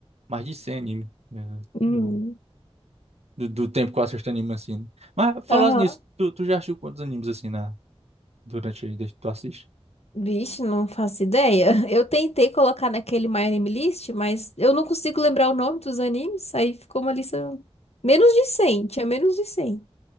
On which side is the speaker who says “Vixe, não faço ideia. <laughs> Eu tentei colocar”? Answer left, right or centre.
Left